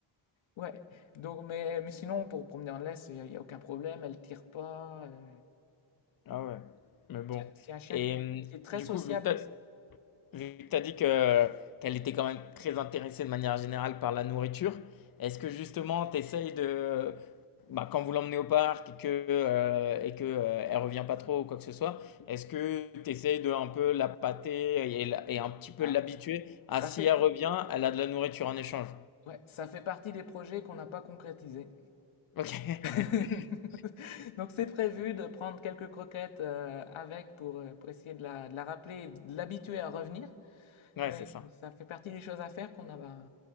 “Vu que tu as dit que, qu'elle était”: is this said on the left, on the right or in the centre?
Left